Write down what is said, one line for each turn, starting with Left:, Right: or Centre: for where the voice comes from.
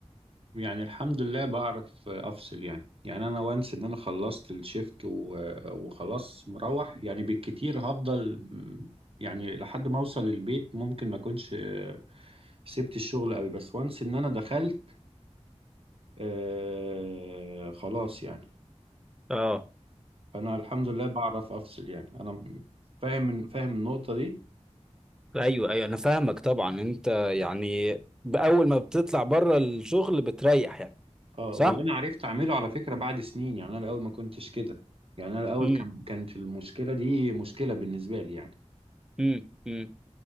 Right: يعني الحمد لله بعرف افصل يعني يعني انا وانس ان انا خلصت الشيفت و- وخلاص مروح يعني بالكتير هفضل م، يعني لحد ما اوصل البيت ممكن ما اكونش آه، سبت الشغل قوي بس وانس ان انا دخلت آه خلاص يعني
Centre: اه
Right: فانا الحمد لله بعرف افصل يعني انا فاهم فاهم النقطة دي
Centre: ايوه ايوه انا فاهمك طبعا انت يعني باول ما بتطلع بره الشغل بتريح يعني
Right: اه
Centre: صح
Right: وده انا عرفت اعمله على فكرة بعد سنين يعني انا الاول ما كنتش كده يعني انا الاول
Centre: امم
Right: كان كانت المشكلة دي مشكلة بالنسبة لي يعني
Centre: امم امم